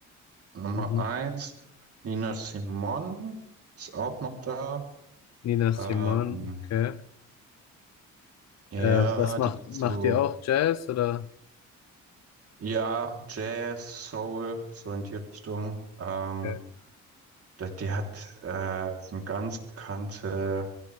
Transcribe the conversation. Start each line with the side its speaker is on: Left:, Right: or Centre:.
Right: Nummer
Left: mhm.
Right: eins. Nina Simone ist auch noch da.
Left: Nina Simone,
Right: Ähm,
Left: okay.
Right: ja,
Left: Äh, was macht,
Right: die so,
Left: macht ihr auch Jazz oder?
Right: ja, Jazz, Soul, so in die Richtung. Ähm,
Left: Okay,
Right: die, die hat äh, so ein ganz bekannte